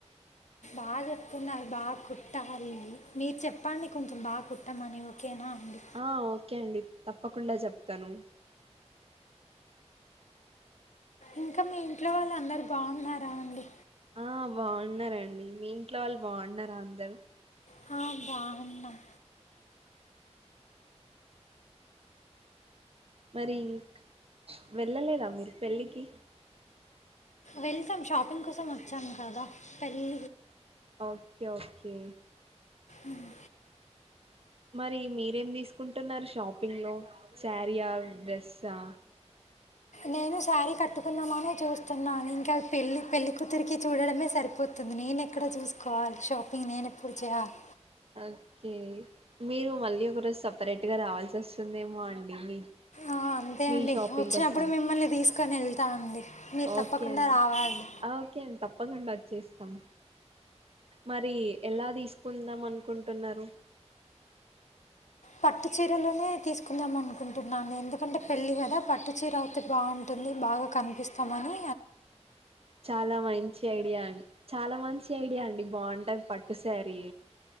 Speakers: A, on the left; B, on the right.
A: బాగా చెప్తున్నారు బాగా కుట్టాలి మీరు చెప్పండి కొంచెం బాగా కుట్టమని ఓకేనా అండి
B: ఆ ఓకే అండి తప్పకుండా చెప్తను
A: ఇంకా మీ ఇంట్లో వాళ్ళు అందరు బాగున్నారా అండి.
B: ఆ బాగున్నారండి మీ ఇంట్లో వాళ్ళు బాగున్నారా అందరు
A: హా బాగున్నాం.
B: మరిక్ వెళ్ళలేదా మీరు పెళ్ళికి
A: వెళ్తాం షాపింగ్ కోసం వచ్చాం కదా పెళ్ళి
B: ఓకే ఓకే
A: ఉమ్
B: మరి మీరేం తీసుకుంటున్నారు షాపింగ్ లో సారీయా డ్రస్సా
A: నేను శారీ కట్టుకుందామనే చూస్తున్నాను ఇంకా పెళ్ళి పెళ్లికూతురికి చూడడమే సరిపోతు నేను ఎక్కడ చూసుకోవాలి షాపింగ్ నేను ఎప్పుడు చేయాలి.
B: ఓకే మీరు మళ్ళీ ఒక రోజు సపరేట్ గా రావాల్సి వస్తుందేమో అండి మీ
A: ఆ అంతే
B: మీ
A: అండి
B: షాపింగ్
A: వచ్చినప్పుడు
B: కోసం
A: మిమ్మల్ని తీసుకొని ఎల్తా అండి. మీరు
B: ఓకే
A: తప్పకుండా
B: అండి
A: రావాలి
B: ఆ ఓకే అండి తప్పకుండా అది అచ్చేస్తాం. మరి ఎలా తీస్కుందాం అనుకుంటున్నారు?
A: పట్టు చీరలోనే తీసుకుందాం అనుకుంటున్నాను ఎందుకంటే పెళ్ళి కదా పట్టు చీర అవుతే బాగుంటుంది బాగ కనిపిస్తమని
B: చాల మంచి ఐడియా అండి చాల మంచి ఐడియా అండి బాంట పట్టుశారి